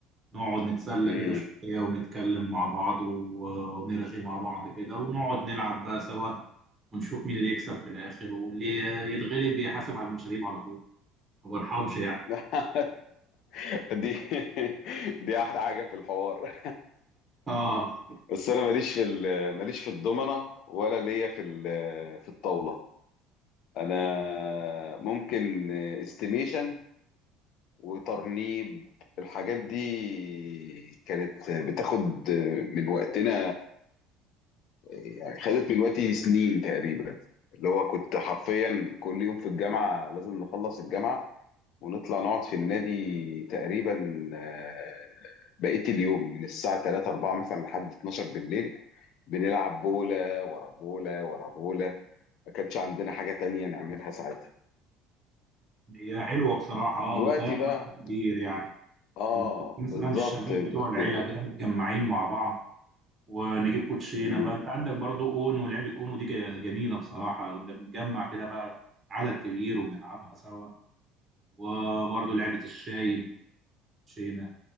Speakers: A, on the right (about 20°); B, on the left (about 55°).
A: نقعد نتسلى
B: مم.
A: كده شويه ونتكلم مع بعض و- ونرغي مع بعض كده ونقعد نلعب بقى سوا ونشوف مين اللي يكسب في الاخر واللي يتغلب يحاسب على المشاريب على طول ما برحمش يعني
B: <laughs> دي دي احلى حاجه في الحوار
A: اه
B: بس انا ماليش في ال- ماليش في الضمنه ولا ليا في ال- في الطاوله انا ممكن استيميشن وترنيب الحاجات دي كانت بتاخد من وقتنا يعني خدت من وقتي سنين تقريبا اللي هو كنت حرفيا كل يوم في الجامعة لازم نخلص الجامعة ونطلع نقعد في النادي تقريبا آه، بقية اليوم من الساعة 3 4 مثلا لحد 12 بالليل بنلعب بولة ورا بولة ورا بولة ما كانش عندنا حاجة تانية نعملها ساعتها
A: هي حلوه بصراحه اه
B: دلوقتي
A: بتضيع
B: بقى
A: وقت كتير يعني
B: اه
A: لما تبقى مثلا
B: بالظبط
A: الشباب بتوع العيله
B: ب...
A: كده متجمعين مع بعض ونجيب كوتشينه
B: مم،
A: بقى انت عندك برضو اونو لعبه اونو دي ج- جميله بصراحه كنا بنتجمع كده بقى عدد كبير ونلعبها سوا وبرضو لعبه الشاي كوتشينه